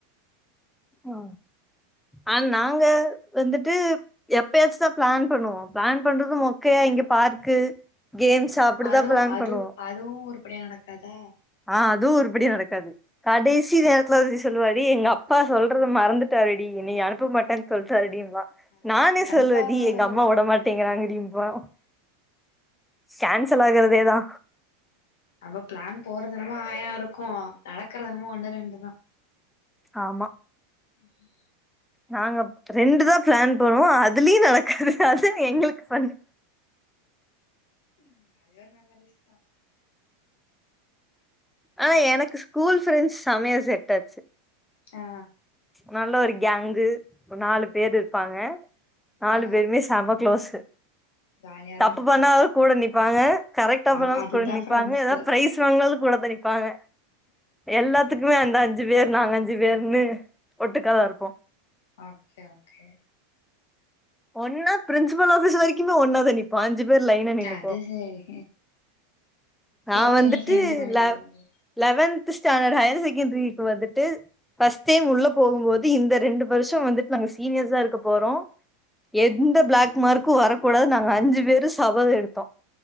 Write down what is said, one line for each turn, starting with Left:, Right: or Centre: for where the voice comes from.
Centre: ஆ அன் நாங்க வந்துட்டு எப்பயாச்சுதா ப்ளான் பண்ணுவோ ப்ளான் பண்றது மொக்கையா இங்க பார்க்கு கேம்ஸ் அப்டிதா
Left: அதுவு
Centre: பிளான்
Left: அது
Centre: பண்ணுவோ
Left: அதுவு உருப்படியா நடக்காதா
Centre: ஆ அதுவு உருப்படியா நடக்காது கடைசி நேரத்துல வதி சொல்லுவாடி எங்கப்பா சொல்றத மறந்துட்டாடி நீ அனுப்ப மாட்டங் சொல்ட்டார்டீம்பா
Left: அதா
Centre: நானே
Left: கடுப்பா
Centre: சொல்லுவது
Left: வரு
Centre: எங்க அம்மா ஒடமாட்டேங்கிறாங்கடீம்பா கேன்சல் ஆகுறதேதா
Left: அவ ப்ளான் போறதுனமோ ஆயாருக்கு நடக்கறதன்னமோ ஒண்ணு ரெண்டுதா
Centre: ஆமா
Left: ம்ம்
Centre: நாங்கப் ரெண்டு தா ப்ளான் பண்ணுவோ அதுலியி நடக்காது அதா எங்கள்க்கு ஃபன்னு
Left: உம் அதே ஒரு மெமரிஸ் தா
Centre: ஆ எனக்கு ஸ்கூல் ஃப்ரெண்ஸ் சமையா செட்டாச்சு
Left: ஆ
Centre: நல்ல ஒரு கேங்கு ஒ நாலு பேர் இருப்பாங்க நாலு
Left: ஆ
Centre: பேருமேஸ் செம க்ளோஸு
Left: ஜாலியாதா
Centre: தப்பு
Left: இருக்கு
Centre: பண்ணாலு கூட நிப்பாங்க கரெக்டா
Left: அப்
Centre: போனாலு
Left: அதுதா
Centre: கூட நிப்பாங்க
Left: ஃப்ரெண்ட்ஸு
Centre: ஏதாவ் ப்ரைஸ் வாங்க்னாலு கூட தா நிப்பாங்க எல்லாத்துக்குமே அந்த அஞ்சு பேர் நாங் அஞ்சு பேர்ன்னு ஒட்டுக்காதா இருப்போ
Left: ஆகே ஓகே
Centre: ஒன்னா பிரின்சிபல் ஆஃபீஸ் வரைக்குமே ஒன்னாதா நிப் பாஞ்சு பேரு லைனா நின்னுக்குவோ
Left: அது சேரி
Centre: நா
Left: சேட்டையு
Centre: வந்துட்டு
Left: சேந்து பண்ணிக்கிறது
Centre: லவ் லெவன்த் ஸ்டாண்டர்ட் ஹையர் செகண்டரிக்கு வந்துட்டு ஃபஸ்ட் டைம் உள்ள போகும்போது இந்த ரெண்டு வருஷோ வந்துட்டு நாங்க சீனியர்ஸா இருக்க போறோ எந்த பிளாக் மார்க்கு வரக்கூடாது நாங்க அஞ்சு பேரு சபதோ எடுத்தோ